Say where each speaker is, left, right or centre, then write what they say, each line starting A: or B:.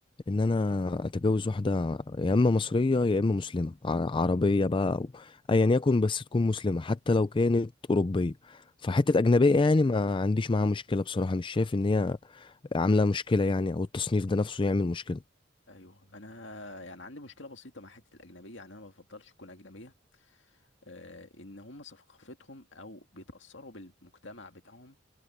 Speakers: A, on the left; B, on the left.
A: ان انا اتجوز واحده يا اما مصريه يا اما مسلمه ع- عربيه بقى او ايا يكن بس تكون مسلمه حتى لو كانت اوروبيه فحته
B: مم.
A: اجنبيه يعني ما عنديش معاها مشكله بصراحه مش شايف ان هي عامله مشكله يعني او التصنيف ده نفسه يعمل مشكله
B: ايوه انا يعني عندي مشكله بسيطه مع حته الاجنبيه يعني انا ما بفضلش تكون اجنبيه آه، ان هم ثقافتهم او بيتاثروا بالمجتمع بتاعهم